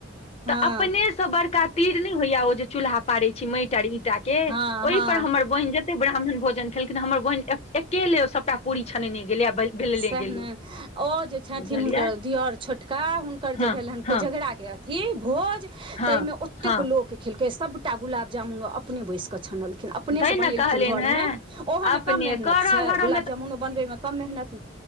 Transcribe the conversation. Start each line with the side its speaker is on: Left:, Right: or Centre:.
Right: हँ
Left: तऽ अपनेसँ बड़का तीर नइ होइया ओ जे चूल्हा पारै छी माटि आर ईंटा के
Right: हँ
Left: ओहि
Right: हँ
Left: पर हमर बहिन जते ब्राह्मण भोजन खेलखिन हमर बहिन एकेेले सबटा पूरी छनेने गेलय आ बेलने
Right: सएह
Left: गेलै
Right: ने ओ जे छथिन
Left: बुझलियै
Right: हुनकर दियअर छोटका हुनकर
Left: हँ
Right: जे भेल हेन कोजगराक
Left: हँ
Right: के ही भोज
Left: हँ
Right: ते मे ओतेक
Left: हँ
Right: लोक खेलकै सबटा गुलाब जामुन अपने बैस के छानलखिन अपने
Left: तैं
Right: से
Left: ने
Right: बनेलखिन
Left: कहलियनि
Right: घर
Left: हेँ
Right: मे ओहोमे
Left: अपने
Right: कम मेहनत
Left: करऽ
Right: छै
Left: धरऽ
Right: गुलाब जामुनो बनबे मे कम मेहनत